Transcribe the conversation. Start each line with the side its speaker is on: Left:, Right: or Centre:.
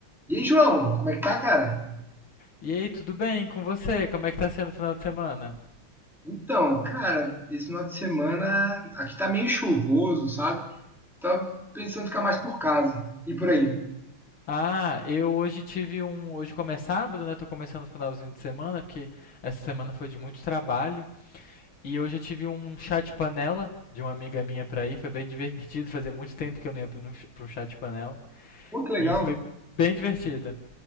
Centre: E aí, João, como é que tá, cara?
Left: E aí, tudo bem com você? Como é que tá sendo o final de semana?
Centre: Então, cara, esse final de semana aqui tá meio chuvoso, sabe? Tava pensando em ficar mais por casa e por aí.
Left: Ah, eu hoje tive um. Hoje como é sábado, né? Tô começando o finalzinho de semana, porque essa semana foi de muito trabalho. E hoje eu tive um chá de panela de uma amiga minha pra ir. Foi bem divertido. Fazia muito tempo que eu não ia pra um ch- pra um chá de panela.
Centre: Pô, que legal.
Left: E foi bem divertida.